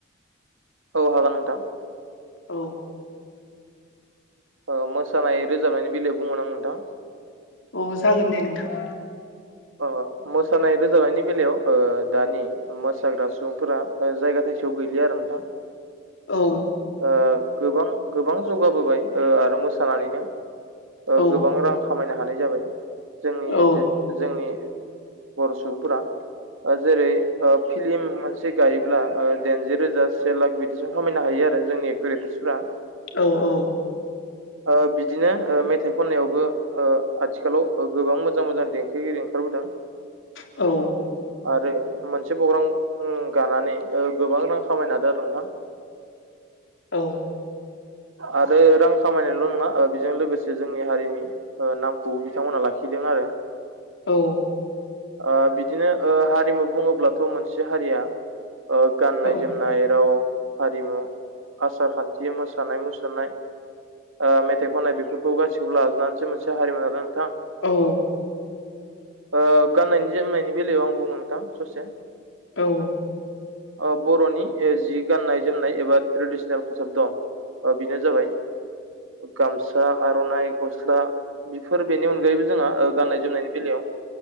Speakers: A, on the right (about 80°); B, on the left (about 70°).
A: औ हागोन नोंथां।
B: औ
A: ओ मोसानाय रोजाबनायनि बेलायाव बुंगोन आं नोंथां।
B: अ जागोन दे नोंथां।
A: ओ मोसानाय रोजाबनायनि बेलायाव ओ दानि मोसाग्रा सुबुंफोरा जायगा थाइ सेआव गैलिया आरो नोंथां।
B: औ।
A: ओ गोबां गोबां जौगाबोबाय ओ आरो मोसानानैनो ओ
B: औ
A: गोबां रां खामायनो हानाय जाबाय जोंनि
B: औ
A: जे जोंनि बर' सुबुंफोरा ओ जेरै ओ। फिलिम मोनसे गायोब्ला ओ दाइनजि रोजा से लाख बिदिसिम खामायनो हायो आरो जोंनि एक्टर एक्ट्रिसफ्रा
B: औ औ।
A: ओ बिदिनो ओ मेथाइ खननायावबो ओ आथिखालाव ओ गोबां मोजां मोजां दें थिगिरिआव ओंखारबोदों
B: औ।
A: आरो मोनसे प्रग्राम उम गानानै ओ गोबां रां खामायनो हादों आरो नोंथां
B: औ।
A: आरो रां खामायनायल' नङा ओ बेजों लोगोसे जोंनि हारिनि ओ नामखौबो बिथांमोना लाखिदों आरो।
B: औ।
A: ओ बिदिनो ओ हारिमु बुङोब्लाथ' मोनसे हारिया ओ गाननाय
B: औ
A: जोमनाय राव हारिमु आसार खान्थि मोसा जामोसानाय मुसुरनाय ओ मेथाइ खननाय बेफोरखौ गासिखौबो लाजोबनानैसो मोनसे हारिमु लादों नोंथां।
B: औ।
A: ओ गाननायनि जोमनायनि बेलायाव आं बुङो नोंथां ससे
B: औ।
A: ओ बर'नि ए जि गाननाय जोमनाय एबा ट्रेडिसनेल खसाब दं। अ बेनो जाबाय
B: <inaudible>
A: गामसा आर'नाइ गस्ला बेफोर बेनि अनगायैबो जोंहा ओ गाननाय जोमनायनि बेलायाव